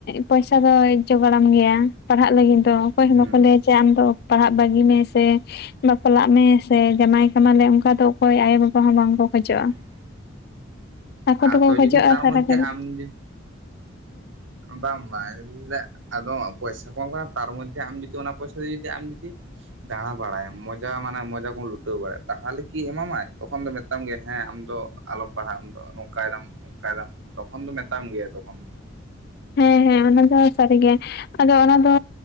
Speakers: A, on the left; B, on the right.
A: ᱯᱚᱭᱥᱟ ᱫᱚᱭ ᱡᱚᱜᱟᱲᱟᱢ ᱜᱮᱭᱟ ᱯᱟᱲᱦᱟᱜ ᱞᱟᱜᱤᱫ ᱫᱚ ᱚᱠᱚᱭ ᱦᱚᱸ
B: ᱦᱩᱸ
A: ᱵᱟᱠᱚ ᱞᱟᱹᱭᱟ ᱡᱮ ᱟᱢ ᱫᱚ ᱯᱟᱲᱦᱟᱜ ᱵᱟᱹᱜᱤ ᱢᱮ ᱥᱮ ᱵᱟᱯᱞᱟᱜ ᱢᱮ ᱥᱮ ᱡᱟᱢᱟᱭ ᱠᱟᱢᱟ ᱞᱮ ᱚᱱᱠᱟᱼᱼ ᱚᱠᱟ ᱫᱚ ᱚᱠᱚᱭ ᱟᱭᱳᱼ ᱵᱟᱵᱟ ᱦᱚᱸ ᱵᱟᱝᱠᱚ ᱠᱷᱚᱡᱚᱜᱼᱟ
B: ᱦᱩᱸ
A: ᱟᱠᱚ
B: ᱟᱫᱚ
A: ᱛᱮᱠᱚ ᱠᱷᱚᱡᱚᱜᱼᱟ
B: ᱡᱩᱫᱤ ᱛᱟᱨ
A: ᱥᱟᱨᱟ
B: ᱢᱚᱫᱽᱫᱷᱮ
A: ᱦᱮᱞᱳ ᱦᱮᱸ
B: ᱟᱢ ᱡᱩᱫᱤ ᱵᱟᱝ ᱵᱟᱝ ᱨᱤᱢᱤᱞ ᱫᱟᱜ ᱟᱫᱚ ᱯᱚᱭᱥᱟ ᱠᱚᱢ ᱠᱟᱱᱟ ᱛᱟᱨ ᱢᱚᱫᱽᱫᱷᱮ ᱡᱩᱫᱤ ᱚᱱᱟ ᱯᱚᱭᱥᱟ ᱡᱩᱫᱤ ᱟᱢ ᱡᱩᱫᱤ ᱫᱟᱬᱟ ᱵᱟᱲᱟᱭᱟᱢ ᱢᱚᱡᱟ ᱢᱟᱱᱮ ᱢᱚᱡᱟ ᱠᱚᱢ ᱞᱩᱴᱟᱹᱣ ᱵᱟᱲᱟᱭᱟ ᱛᱟᱦᱚᱞᱮ ᱠᱤ ᱮᱢᱟᱢᱟᱭ ᱛᱚᱠᱷᱚᱱ ᱫᱚ ᱢᱮᱛᱟᱢ ᱜᱮ ᱦᱮᱸ ᱟᱢᱫᱚ ᱟᱞᱚᱢ ᱯᱟᱲᱦᱟᱜ ᱟᱢ ᱫᱚ ᱱᱚᱝᱠᱟᱭ ᱫᱟᱢ ᱚᱝᱠᱟᱭ ᱫᱟᱢ ᱛᱚᱠᱷᱚᱱ ᱫᱚ ᱢᱮᱛᱟᱢ ᱜᱮᱭᱟ ᱛᱚᱠᱷᱚᱱ ᱫᱚ
A: ᱦᱮᱸ ᱦᱮᱸ ᱚᱱᱟ ᱫᱚ ᱥᱟᱹᱨᱤ ᱜᱮ ᱟᱫᱚ ᱚᱱᱟ ᱫᱚ